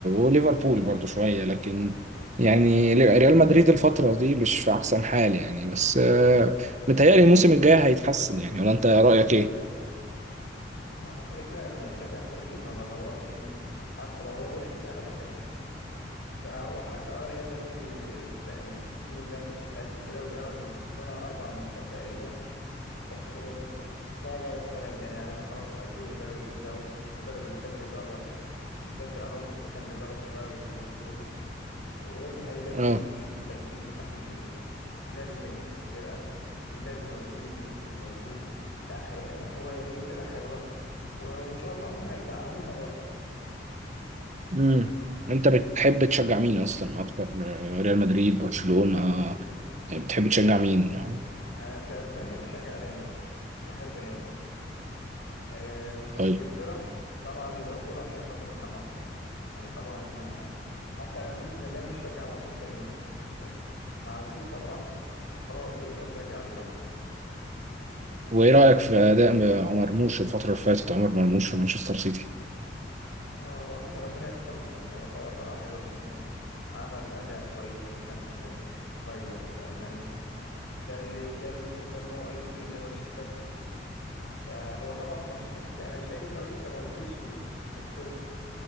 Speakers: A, on the right; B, on the left.
A: وليفربول برضو شويه لكن يعني ريال مدريد الفتره دي مش في احسن حال يعني بس آه، متهيألي الموسم الجاي هيتحسن يعني ولا انت رايك ايه
B: هو أنا كده كده لما بشجع فريق ما بدورش حتى لو هو وحش انا بشجعه فهو حتى آه ريال مدريد ال- الس- السيزون ده مش قد كده واتغلب من برشلونة اربع ماتشات تقريبا بس آه، ان شاء الله السنه الجايه هم خلاص هيجيبوا مدرب جديد اهو المدرب اللي كان بيدرب زافي الونسو اللي كان بيدرب في باير ليفركوزن ولازم هيبقى فيه
A: اه
B: تجديد وتحليل وإحلال وتجديد في الفرقة مبابي موجود فينيسيوس موجود لا آه، هو هي فرقة حلوة و- وإن شاء الله هم هيدعموها برضه
A: امم انت بتحب تشجع مين اصلا اكتر آه، ريال مدريد برشلونه آه، بتحب تشجع مين آه،
B: أنا في أسبانيا بشجع ريال مدريد وبحب ريال مدريد آه، في
A: طيب
B: إنجلترا طبعا ليفربول عشان خاطر محمد صلاح يعني طبعا ما حتى أنا كنت زمان بشجع مانشستر يونايتد بس مع وجود صلاح خلاص بقيت أشجع ليفربول
A: وايه رايك في اداء عمر مرموش الفتره اللي فاتت عمر مرموش في مانشستر سيتي
B: هو والله ربنا يحفظه يعني هو طلع طلعة حلوة جدا عمل أداء كويس جدا في في فرايبورج في ألمانيا ده اللي اداله الفرصة إن هو يتنقل لمانشستر سيتي فهو طبعا في مانشستر سيتي أنا شايف إن هو لسه ما وصلش للتوب